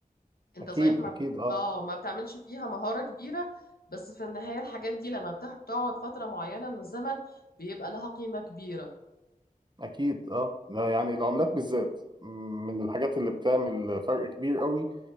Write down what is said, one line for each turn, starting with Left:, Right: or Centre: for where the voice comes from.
Left: انت
Right: أكيد
Left: صحيح ما
Right: أكيد
Left: بت...
Right: أه
Left: اه ما بتعملش فيها مهارة كبيرة بس في النهاية الحاجات دي لما بتح- بتقعد فترة معينة من الزمن بيبقى لها قيمة كبيرة
Right: أكيد أه لا، يعني العملات بالذات من الحاجات اللي بتعمل فرق كبير قوي